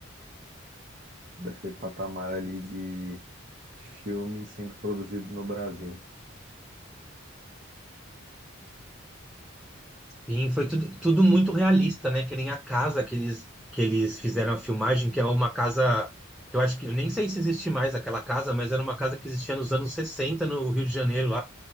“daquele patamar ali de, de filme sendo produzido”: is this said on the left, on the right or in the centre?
Right